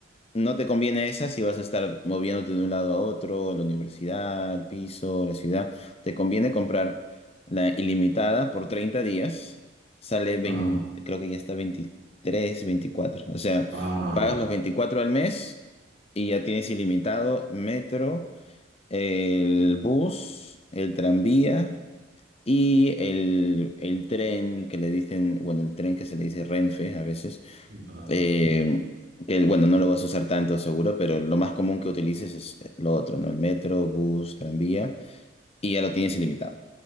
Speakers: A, on the left (about 30°); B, on the right (about 60°).
A: no te conviene esa si vas a estar moviéndote de un lado a otro, la universidad, el piso, la ciudad, te conviene comprar la ilimitada por 30 días, sale veinte
B: Ah,
A: creo que ya está veintitrés veinticuatro o sea,
B: ah,
A: pagas los 24 al mes. Y ya tienes ilimitado metro, el bus, el tranvía y el, el tren que le dicen, bueno, el tren que se le dice Renfe a veces,
B: ya.
A: eh, que bueno, no lo vas a usar tanto seguro, pero lo más común que utilices es lo otro, ¿no? El metro, bus, tranvía y ya lo tienes ilimitado.